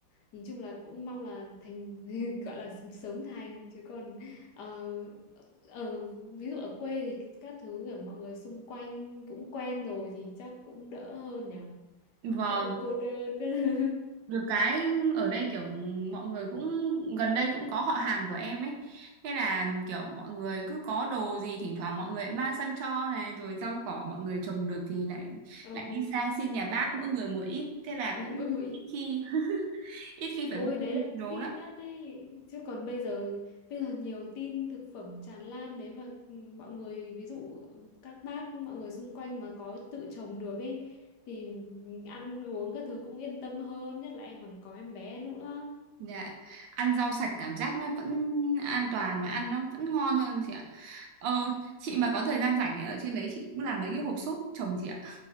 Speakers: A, on the left; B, on the right.
A: nhìn chung là cũng mong là thành <laughs> gọi là sớm thành chứ còn ờ, ở ví dụ ở quê thì các thứ ở mọi người xung quanh cũng quen rồi thì chắc cũng đỡ hơn nhở
B: Vâng,
A: đỡ cô đơn <laughs>
B: được cái ở đây kiểu ừ, mọi người cũng gần đây cũng có họ hàng của em ấy. Thế là kiểu mọi người cứ có đồ gì thỉnh thoảng mọi người lại mang sang cho này, rồi rau cỏ mọi người trồng được thì lại
A: Ồ,
B: lại đi sang xin nhà bác mỗi người một ít, thế là cũng
A: <laughs> mỗi người
B: ít khi ít khi phải
A: Ôi
B: mua
A: đấy là
B: đồ
A: thích
B: lắm
A: nhất đấy chứ còn bây giờ bây giờ nhiều tin thực phẩm tràn lan đấy mà ừ, mọi người ví dụ các bác mọi người xung quanh mà có tự trồng được ấy thì mình ăn uống các thứ cũng yên tâm hơn nhất là em còn có em bé nữa
B: dạ ăn rau sạch cảm giác nó vẫn an toàn và ăn nó vẫn ngon hơn chị ạ ờ chị mà có thời gian rảnh ấy, ở trên đấy chị cũng làm mấy cái hộp sốt trồng chị ạ